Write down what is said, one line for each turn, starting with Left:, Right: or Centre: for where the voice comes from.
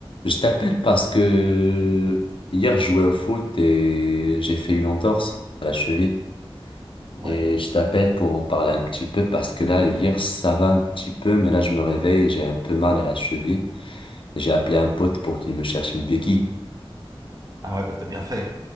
Left: Je t'appelle parce que hier je jouais au foot et j'ai fait une entorse à la cheville.
Right: Ouais.
Left: Et je t'appelle pour en parler un petit peu parce que là, hier ça va un petit peu, mais là je me réveille et j'ai un peu mal à la cheville. Et J'ai appelé un pote pour qu'il me cherche une béquille.
Right: Ah ouais, bah t'as bien fait.